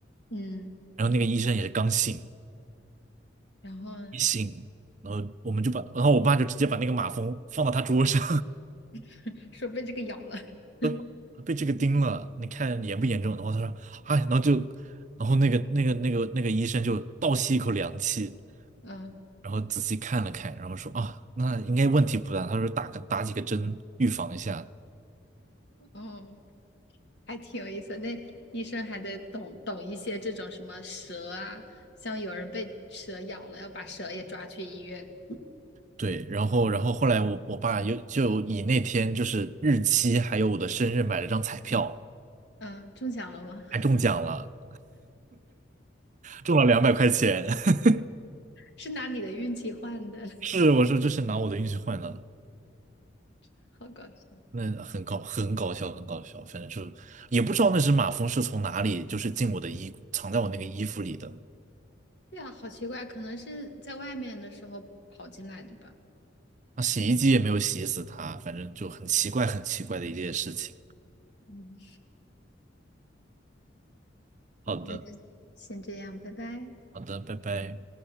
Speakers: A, on the left; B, on the right.
A: 嗯，
B: 然后那个医生也是刚醒。”
A: 然后呢
B: 一醒，然后我们就把，然后我爸就直接把那个马蜂放到他桌上，
A: <laughs> 说被这个咬了。<laughs>
B: <laughs> 被这个叮了，你看严不严重？然后他说，啊，然后就，然后那个那个那个那个医生就倒吸一口凉气，
A: 嗯，
B: 然后仔细看了看，然后说啊，那应该问题不大。他说打个打几个针预防一下，
A: 哦。还挺有意思的那医生还得懂懂一些这种什么蛇啊，像有人被蛇咬了，要把蛇也抓去医院。
B: 对，然后然后后来我我爸又就以那天就是日期还有我的生日买了张彩票，
A: 嗯，中奖了吗？
B: 还中奖了，
A: <laughs>
B: 中了两百块钱。<laughs>
A: 是拿你的运气换的，
B: 是，我说这是拿我的运气换的。
A: <laughs> 好搞笑。
B: 那很搞，很搞笑，很搞笑。反正就也不知道那只马蜂是从哪里，就是进我的衣，藏在我那个衣服里的。
A: 对啊，好奇怪，可能是在外面的时候跑进来的吧。
B: 那洗衣机也没有洗死它，反正就很奇怪，很奇怪的一件事情。
A: 嗯，
B: 好的，
A: 好，那就先这样，拜拜。
B: 好的，拜拜。